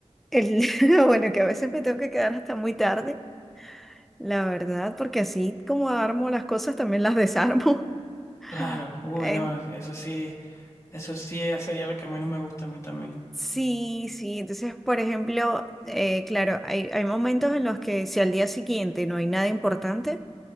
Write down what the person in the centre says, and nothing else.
El, <laughs> bueno, que a veces me tengo que quedar hasta muy tarde, la verdad, porque así como armo las cosas, también las desarmo. <laughs>
En-
sí, sí, entonces, por ejemplo, eh, claro, hay, hay momentos en los que si al día siguiente no hay nada importante,